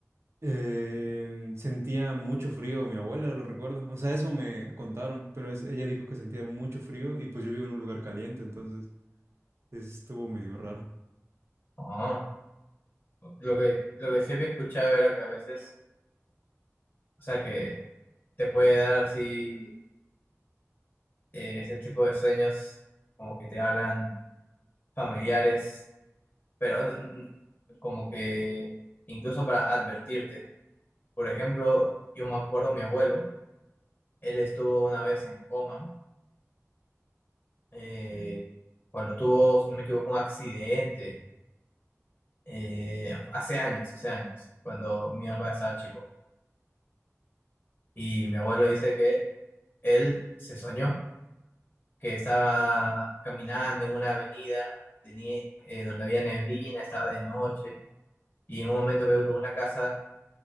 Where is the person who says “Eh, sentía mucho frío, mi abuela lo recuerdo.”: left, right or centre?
Right